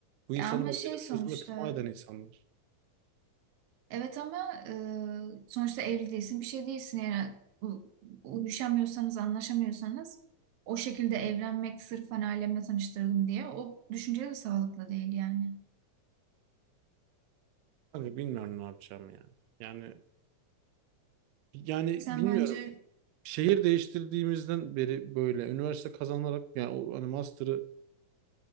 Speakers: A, on the right; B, on the right.
A: bu
B: Ya
A: insanlar
B: ama şey
A: benim
B: sonuçta
A: sözüme tamah eden insanlar.
B: evet ama e, sonuçta evli değilsin bir şey değilsin yani u- uyuşamıyorsanız anlaşamıyorsanız o şekilde evlenmek sırf hani ailemle tanıştırdım diye o düşünce de sağlıklı değil yani.
A: Kanka bilmiyorum ne yapacağım yani. Yani yani
B: Sen
A: bilmiyorum.
B: bence
A: Şehir değiştirdiğimizden beri böyle üniversite kazanarak yani o hani master'ı